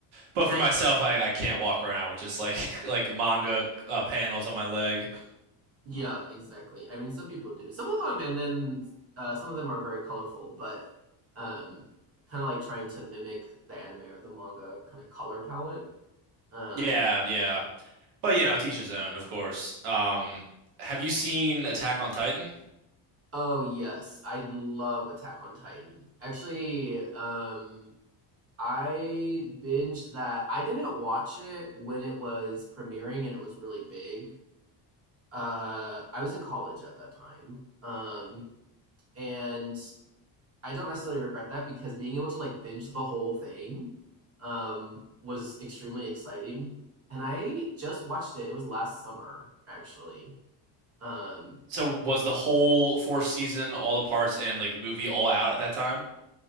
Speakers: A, on the right; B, on the right.
A: but for myself, I, I can't walk around with just like <laughs> like manga uh, panels on my leg.
B: Yeah, exactly. I mean, some people do. Some of them and then uh, some of them are very colorful, but um kind of like trying to mimic the anime or the manga kind of color palette. Um
A: Yeah, yeah. But you know, to each his own, of course. Um, have you seen Attack on Titan?
B: oh yes, I love Attack on Titan. Actually, um I binged that. I didn't watch it when it was premiering and it was really big. Uh, I was in college at that time. Um, and I don't necessarily regret that because being able to like binge the whole thing um, was extremely exciting. And I just watched it. It was last summer, actually. Um,
A: So was the whole fourth season, all the parts and like movie all out at that time?